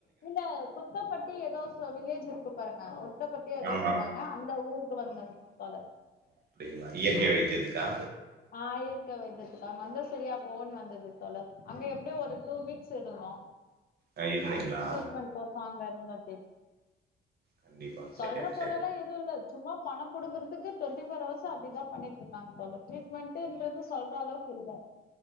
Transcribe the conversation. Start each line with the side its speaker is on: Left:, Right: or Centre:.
Left: உள்ள குத்தப்பட்டி எதோ சோ வில்லேஜ் இருக்கு பாருங்க குத்தபட்டி எதோ
Right: ஆமா
Left: சொன்னாங்க அந்த ஊருக் இப்ப வந்தாங்க சுப்பாலக்
Right: அப்டிங்ளா இயற்கை வைத்தியதுக்கா
Left: ஆஹ் இயற்க வைத்தியதுக்கு அங்க வந்தா செரியா போகுன் வந்தது தோழர் அங்க எப்டியு ஒரு டூ வீக்ஸ் இருந்தோ
Right: ஆ, இருந்தீங்களா
Left: ட்ரீட்மெண்ட் போட்டாங்க இருந்தா தே
Right: கண்டிப்பா
Left: சொல்ற
Right: சரி,
Left: போலலா
Right: சரி.
Left: எதுவு இல்ல சும்மா பணம் புடுங்குறதுக்கு டுவெண்டி ஃபோர் ஹவர்ஸு அப்டிதா பண்ணிட்ருக்காங்க போல ட்ரீட் மெண்ட்டுன்றது சொல்ற அளவுக்கு இல்ல